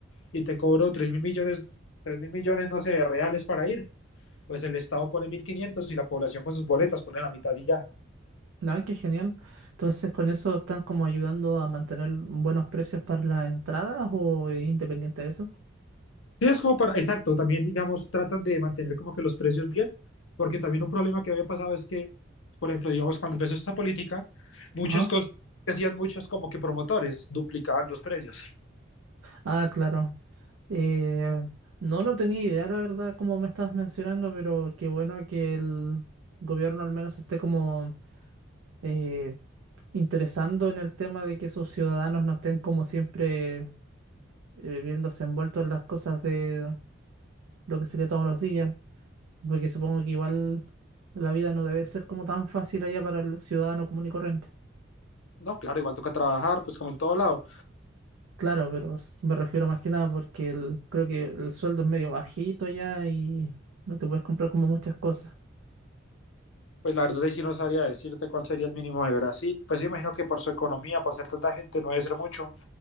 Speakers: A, on the left (about 75°); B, on the right (about 85°).
A: y te cobro tres mil millones, tres mil millones, no sé, de reales para ir. Pues el Estado pone 1.500 y la población con sus boletas pone la mitad y ya.
B: Ah, qué genial. Entonces, ¿con eso están como ayudando a mantener buenos precios para las entradas o es independiente de eso?
A: Sí, es como para, exacto, también digamos, tratan de mantener como que los precios bien, porque también un problema que había pasado es que, por ejemplo, digamos, cuando empezó esta política, muchos
B: Ajá.
A: cons- hacían muchos como que promotores duplicaban los precios.
B: Ah, claro. Eh, no, no tenía idea, la verdad, como me estabas mencionando, pero qué bueno que el gobierno al menos esté como eh, interesando en el tema de que sus ciudadanos no estén como siempre eh, viéndose envueltos en las cosas de lo que sería todos los días. Porque supongo que igual la vida no debe ser como tan fácil allá para el ciudadano común y corriente.
A: No, claro, igual toca trabajar, pues como en todo lado.
B: Claro, pero s- me refiero más que nada porque el- creo que el sueldo es medio bajito ya y no te puedes comprar como muchas cosas.
A: Pues la verdad es que no sabría decirte cuál sería el mínimo de Brasil. Pues yo imagino que por su economía, por ser tanta gente, no debe ser mucho,